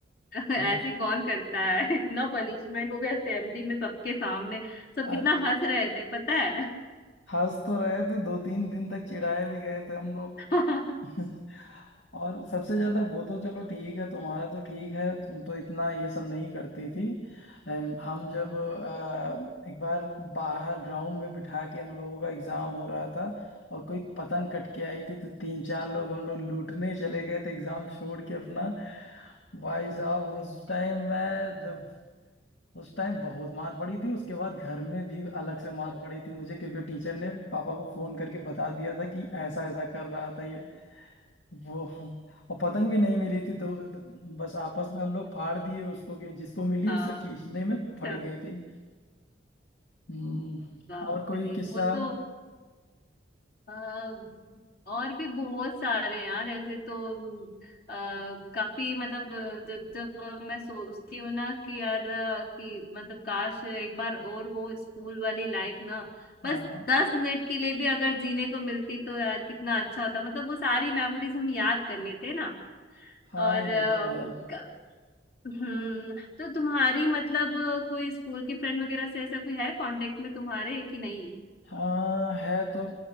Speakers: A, on the left; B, on the left.
A: <laughs>
B: हाँ,
A: ऐसे कौन करता है <laughs> इतना पनिशमेंट वो भी असेंबली में सबके सामने सब
B: और
A: कितना हंस रहे थे पता है
B: हंस तो रहे थे दो तीन दिन तक चिढ़ाए भी गए थे हम लोग
A: <laughs>
B: <laughs> और सबसे ज्यादा वो तो चलो ठीक है तुम्हारा तो ठीक है तुम तो इतना ये सब नहीं करती थी हम हम जब अ, एक बार बाहर ग्राउंड में बिठा के हम लोगों का एग्जाम हो रहा था और कोई पतंग कट के आई थी तो तीन चार लोग हम लोग लूटने चले गए थे एग्जाम छोड़ के अपना भाई साहब उस टाइम मैं जब उस टाइम बहुत मार पड़ी थी उसके बाद घर में भी अलग से मार पड़ी थी मुझे क्योंकि टीचर ने पापा को फोन करके बता दिया था कि ऐसा ऐसा कर रहा था ये वो और पतंग भी नहीं मिली थी तो तो बस आपस में हम लोग फाड़ दिए उसको कि जिसको मिली
A: हाँ
B: उससे खींचने में
A: अच्छा
B: फट गई थी हम्म,
A: हाँ
B: और कोई
A: चलिए
B: किस्सा
A: वो तो अ, और भी बहुत सारे यार ऐसे तो अ, काफी मतलब जब जब मैं सोचती हूँ ना कि यार अ, कि मतलब काश एक बार और वो स्कूल वाली लाइफ ना
B: आ,
A: बस दस मिनट के लिए भी अगर जीने को मिलती तो यार कितना अच्छा होता मतलब वो सारी मेमोरीज हम याद कर लेते ना
B: हाँ
A: और
B: ये
A: अम,
B: तो है
A: क- हम्म तो तुम्हारी मतलब कोई स्कूल की फ्रेंड वगैरह से ऐसा कोई है कांटेक्ट में तुम्हारे कि नहीं
B: हाँ है तो